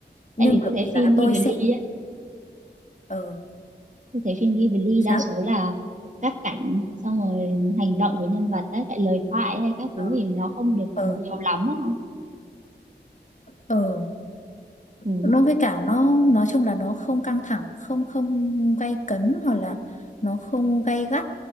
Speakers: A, on the left; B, on the right.
A: nhưng
B: tại vì
A: bởi
B: tôi thấy
A: vì
B: phim
A: là
B: Ghibli
A: tôi xem
B: ấy
A: ờ
B: tôi thấy phim Ghibli
A: sao
B: đa số là các cảnh xong rồi hành động của nhân vật đấy tại lời thoại hay các thứ
A: ờ
B: thì nó không được
A: ờ
B: nhiều lắm đó.
A: ờ
B: Ừ.
A: nó với cả nó nói chung là nó không căng thẳng không không gay cấn hoặc là nó không gay gắt